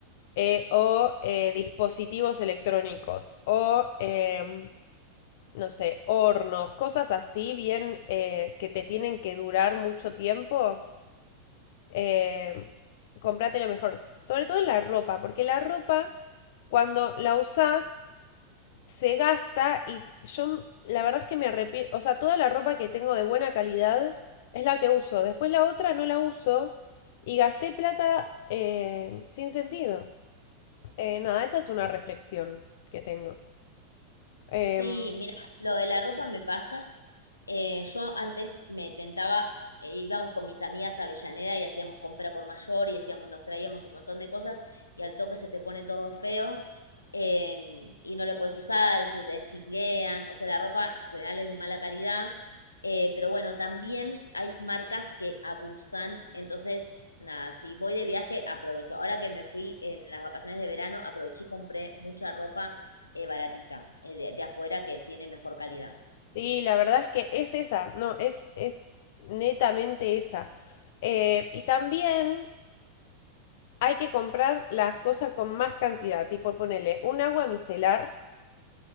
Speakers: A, on the left; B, on the left.
A: eh, o eh, dispositivos electrónicos, o, em, no sé, hornos, cosas así bien eh, que te tienen que durar mucho tiempo eh, comprate lo mejor. Sobre todo en la ropa, porque la ropa, cuando la usás, se gasta y yo la verdad es que me arrepiento, o sea, toda la ropa que tengo de buena calidad es la que uso, después la otra no la uso y gasté plata eh, sin sentido. Eh, nada, esa es una reflexión que tengo. Em,
B: Sí, mira, lo de la ropa me pasa Eh, yo antes me tentaba, eh, íbamos con mis amigas a Avellaneda y hacíamos compra por mayor y decíamos, nos traíamos un montón de cosas y al toque se te pone todo feo em, y no lo puedes usar o se te chinguean. O sea, la ropa en general es de mala calidad. eh, pero bueno, también hay marcas que abusan. Entonces, nada, si voy de viaje, aprovecho. Ahora que me fui en las vacaciones de verano, aproveché y compré mucha ropa eh, baratita, eh, de de afuera que tiene mejor calidad.
A: sí, la verdad es que es esa, no, es, es netamente esa. Eh, y también hay que comprar las cosas con más cantidad. Tipo, ponele un agua micelar,